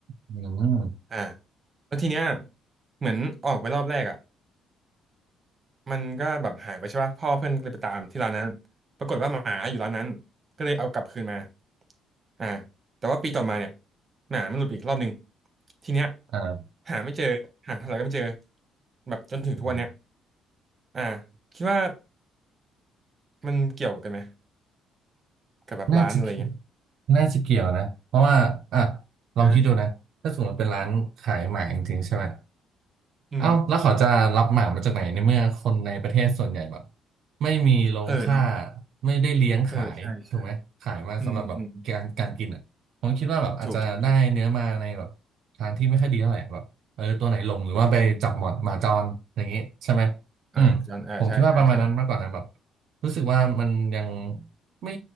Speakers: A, on the right (about 70°); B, on the right (about 40°).
A: อืม
B: อ่าแล้วทีเนี้ยเหมือนออกไปรอบแรกอ่ะมันก็แบบหายไปใช่ป่ะพ่อเพื่อนก็เลยไปตามที่ร้านนั้นปรากฏว่าหมาอยู่ร้านนั้นก็เลยเอากลับคืนมาอ่าแต่ว่าปีต่อมาเนี่ยหมามันหลุดไปอีกรอบหนึ่งทีเนี้ย
A: อ่า
B: หาไม่เจอหาเท่าไหร่ก็ไม่เจอแบบจนถึงทุกวันเนี้ย
A: อืม
B: อ่าคิดว่ามันเกี่ยวกันไหมกับแบบร้านอะไรเงี้ย
A: น่าจะเกี่ยวน่าจะเกี่ยวนะเพราะว่าอ่ะลองคิดดูนะถ้าสมมติเป็นร้านขายหมาจริงๆใช่ไหม
B: เอออืม
A: เอ้าแล้วเขาจะรับหมามาจากไหนในเมื่อคนในประเทศส่วนใหญ่แบบไม่มีโรงฆ่า
B: เออเนาะ
A: ไม่ได้เลี้ยงขายถูกไหมขายมาสำหรับแบบการการกินอ่ะผมคิดว่าแบบอาจจะได้เนื้อมาในแบบทางที่ไม่ค่อยดีเท่าไหร่แบบเออตัวไหนหลงหรือว่าไปจับหมอดหมาจรอย่างนี้ใช่ไหม
B: เออใช่ใช่อืมอืมถูกถูกถูกอ่าย้อนเออใช่ใช่ใช่
A: อืมผมคิดว่าประมาณนั้นมากกว่านะแบบรู้สึกว่ามันยังไม่